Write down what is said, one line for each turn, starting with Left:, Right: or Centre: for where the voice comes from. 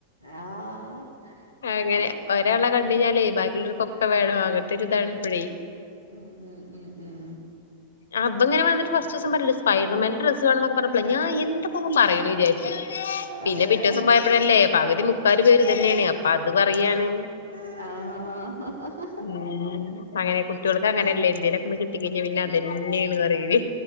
Right: ആഹ്
Left: അങ്ങനെ
Right: ഏഹ്
Left: ഒരാളെ കണ്ട്കഴിഞ്ഞാലെ ബാക്കിയുള്ളോരുക്കൊക്കെ വേണോ അങ്ങനത്തെ ഒരു ഇതാണ്പ്പഴെ
Right: ഉം ഉം ഉം
Left: അത് ഇങ്ങനെ വന്നിട്ട് ഫസ്റ്റ്സം പറയ സ്പൈഡർമാന് ഡ്രസ്സ് വേണോന്നൊക്കെപറഞ്ഞപ്പളെ ഞാൻ എന്തൊപ്പൊ ഇവൻ പറയണ് വിചാരിച്ച് പിന്നെ
Right: അതെ
Left: പിറ്റേസം പോയപ്പഴല്ലേ പകുതി മുക്കാല് പേരും ഇതന്നെയാണ് അപ്പോ അത് പറയാണ്
Right: ആഹ്
Left: ഉം അങ്ങനെ കുട്ട്യോൾക്ക് അങ്ങനെല്ലേ എന്തേലൊക്കെ ഒന്ന് കിട്ടി കഴിഞ്ഞാ പിന്നെ അതെന്നെയാണ് പറയല്